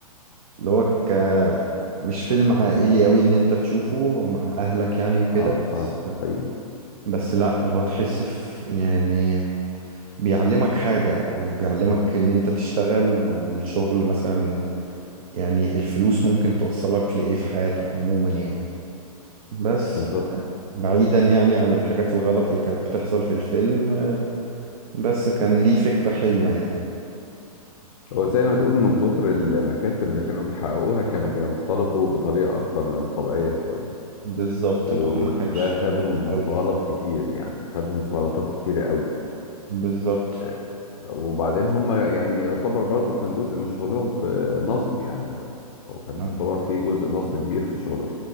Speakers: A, on the right; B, on the left.
A: اللي هو ك... مش فيلم عائلي قوي ان انت تشوفه مع اهلك يعني وكده
B: أه
A: بس
B: أه حقيقي
A: بس لا اللي هو تحس في يعني بيعلمك حاجة او بيعلمك ان انت تشتغل والشغل مثلا يعني الفلوس ممكن توصلك لايه في حياتك عموما يعني بس
B: بالظبط
A: بعيدا يعني عن الحاجات الغلط اللي كانت بتحصل في الفيلم بس كان ليه فكرة حلوة يعني
B: هو زي ما تقول من كتر المكاسب اللي كانوا بيحققوها كانوا بينطلقوا بطريقة أكتر من الطبيعية شوية
A: بالظبط
B: و-
A: اللي هو ما مم. كانش
B: وده
A: فيه
B: خدهم
A: دماغ قوي
B: في غلط
A: يعني
B: كتير يعني خدهم في غلطات كتيرة قوي يعني
A: بالظبط
B: آه، وبعدين هم يعني يعتبر برضو كان جزء من شغلهم في نصب يعني هو كان
A: ما-
B: يعتبر في جزء نصب كبير في شغلهم